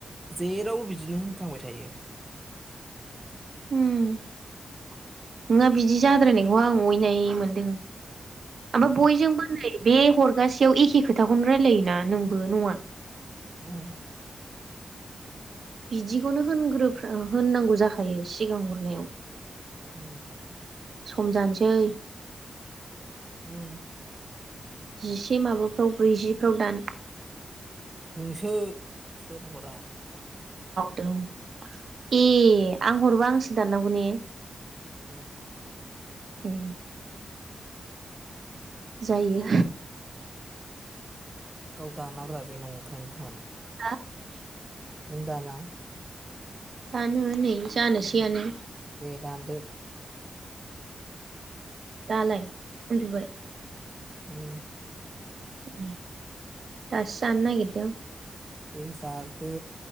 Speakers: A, on the right (about 15°); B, on the right (about 60°).
A: जेरावबो बिदिनो होनफ्लांबाय थायो
B: उम नोङा बिदि जाद्रायनायखौ आं अयनाय मोनदों आमफाय बयजों होनजायो बे हरगासेयाव एखे खोथाखौनो रायलायोना नोंबो नङा
A: उम
B: बिदिखौनो होनग्रोफ्रा होननांगौ जाखायो सिगां हरनायाव
A: उम
B: सम जानोसै
A: उम
B: जिसे माबाफ्राव ब्रैजिफ्राव दान
A: नोंसो सोर हरा जा
B: दों ए आं हरबा आंसो दाननांगौ ने
A: उम
B: ए जायो
A: गाव दानाब्रा बे नंखायोनथ'न
B: <unintelligible>
A: नों दाना
B: दानो नै जानोसैयानो
A: उम दे दानदो
B: दालाय उन्दुबाय
A: उम
B: उम दासो जानो नागिरदों
A: दे जादो